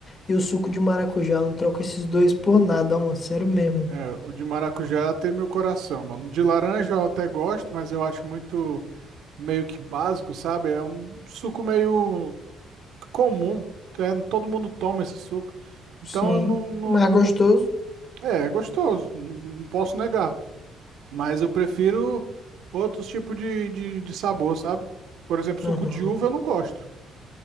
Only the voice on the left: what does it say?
e o suco de maracujá. Eu não troco esses dois por nada, ó, mano, sério mesmo.
Sim,
mais gostoso.
Aham.